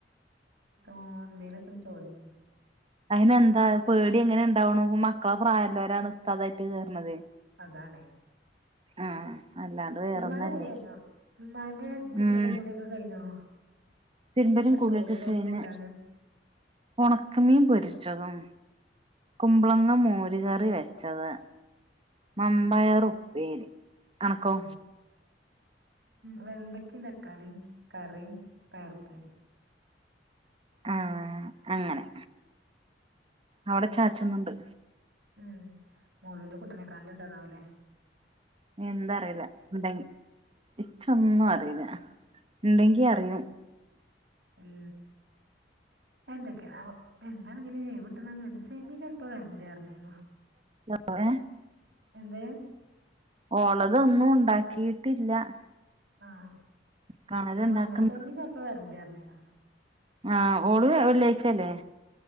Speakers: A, on the right; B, on the right.
A: തോന്തലൊക്ക തോന്നന്ന
B: അതിനന്താ പേടി എങ്ങനെ ഉണ്ടാവുണു മക്കളെ പ്രായല്ലൊരാണ് ഉസ്താദായിട്ട് കേറണത്.
A: അതണേ
B: ആഹ് അല്ലാണ്ട് വേറൊന്നല്ലേ
A: ഇമ്മാന്റെ കുളി കഴിഞ്ഞോ മ്മാന്റെ തിരുമ്പലും
B: ഉം
A: കുളിയൊക്കെ കഴിഞ്ഞോ
B: തിരുമ്പലും
A: എന്താ
B: കുളി
A: ചോറും
B: ഒക്കെ
A: ചേർക്ക്
B: കയിഞ്ഞ്
A: കൂട്ടാനും
B: ഉണക്കമീൻ പൊരിച്ചതും കുമ്പ്ളങ്ങ മോര് കറി വെച്ചത് മമ്പയറും
A: ആഹ്
B: പ്പേരി അണക്കോ
A: ഉം വെണ്ടക്കിം തക്കാളിയും കറിയും പയറുപ്പേരി
B: ആഹ അങ്ങനെ അവിടെ ചാച്ചന്നണ്ട്
A: ഉം മോളുന്റെ കുട്ടനെക്കാണൽ ഉണ്ടോന്നാവല്ലേ
B: എന്ത അറിയില്ല ഉണ്ടെങ്കി ഇച്ചൊന്നും അറില ഉണ്ടെങ്കി അറിയും
A: ഉം എന്തൊക്കെയാണാവം എന്താണെങ്കിലും ഇനി ഒഴിവ് കിട്ടണന്ന് സെമി ചെലപ്പോ വരണ്ട്പറഞ്ഞീനു.
B: ഏ
A: എന്ത്
B: ഓളതൊന്നും ഉണ്ടാക്കിയിട്ടില്ല
A: ആഹ
B: കണല് ഇണ്ടാക്കുന്ന
A: എന്താ സേമ ചെിലപ്പോ വരണ്ടരുന്നന
B: ആഹ ഓടു വള്ളഴിച്ചല്ലേ